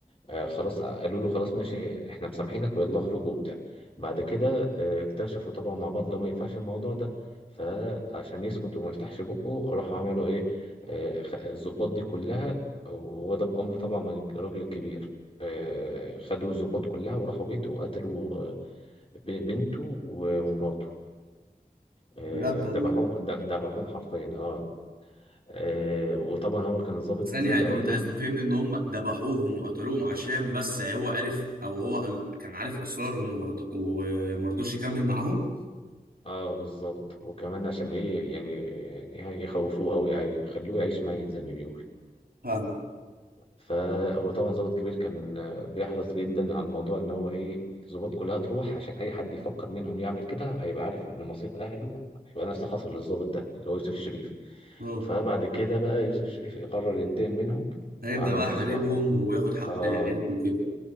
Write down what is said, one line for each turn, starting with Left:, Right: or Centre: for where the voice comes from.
Left: آه، خلاص آه، قالوا له خلاص ماشي احنا مسامحينك ويلا اخرج وبتاع بعد كده آه، اكتشفوا طبعا مع بعض لو ما ينفعش الموضوع ده فعشان يسكت وما يفتحش بقه راحوا عملوا ايه آه، خ- الضباط دي كلها وهو ده بأمر طبعا من الراجل الكبير آه، خدوا الضباط كلها وراحوا بيته وقتلوا آه، ب- بنته و- ومراته آه،
Right: بجد والله
Left: ذبحوهم ذ- ذبحوهم حرفيا اه آه، وطبعا هو كان الضابط الكبير
Right: ثانية يعني
Left: ده قايل
Right: هو انت
Left: لهم
Right: عايز تفهمني ان هم ذبحوهم وقتلوهم عشان بس هو عرف او هو قال- كان عارف اسرارهم ومرض- ومرضاش يكمل معاهم
Left: اه بالظبط وكمان عشان ايه يعني يعني يخوفوه او يعي- يخلوه يعيش ميت زي ما بيقول
Right: فاهم
Left: فهو طبعا ضابط كبير كان آه، بيحرص جدا على الموضوع ان هو ايه الضباط كلها تروح عشان اي حد يفكر منهم يعمل كده هيبقى عارف ان مصير اهله هيبقى نفس اللي حصل للضابط ده اللي هو يوسف شريف
Right: اه
Left: فبعد كده بقى يوسف شريف قرر ينتقم منهم
Right: هيبدأ
Left: وعمل
Right: بقى يحاربهم
Left: نفسه
Right: وياخد حق
Left: اه
Right: عيلته وكده